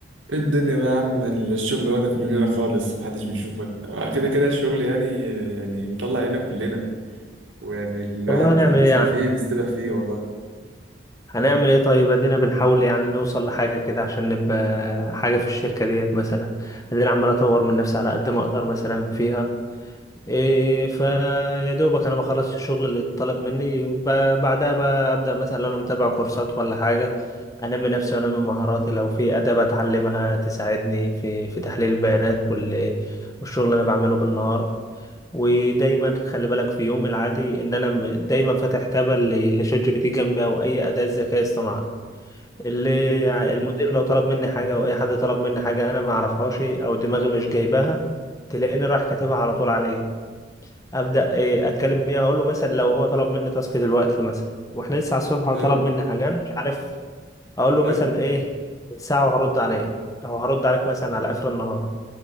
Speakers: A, on the right; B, on the left.
A: ايه الدنيا بقى يا عم الشغل واخدك مننا خالص محدش بيشوفك آه، كده كده الشغل يعني يعني بيطلع عينا كلنا ويعني الواحد
B: والله هنعمل
A: اللي بيصحى
B: ايه يعني
A: فيه بيستبح فيه والله
B: هنعمل ايه طيب ادينا بنحاول يعني نوصل لحاجة كده عشان نبقى حاجة في الشركة ديت مثلا ادينا عمال اطور من نفسي على قد ما اقدر مثلا فيها إيه فيا دوبك انا بخلص الشغل اللي اتطلب مني ب- بعدها بقى ابدا مثلا لو انا متابع كورسات ولا حاجة انمي نفسي وانمي مهاراتي لو في اداة بتعلمها تساعدني في في تحليل البيانات وال- والشغل اللي انا بعمله بالنهار ودايما خلي بالك في يوم العادي ان انا م- دايما فاتح تابة ل- لشات جي بي تي جنبي او اي اداة ذكاء اصطناعي اللي
A: مم.
B: ع- المدير لو طلب مني حاجة او اي حد طلب مني حاجة انا ما اعرفهاش او دماغي مش جايباها تلاقيني رايح كاتبها على طول عليه ابدا إيه، اتكلم بيه اقول له مثلا لو هو طلب مني تاسك دلوقتي مثلا واحنا لسه على الصبح هو
A: حلو
B: طلب مني حاجة انا مش عارف اقول له
A: حلو
B: مثلا ايه ساعة وهرد عليه او هرد عليك مثلا على اخر النهار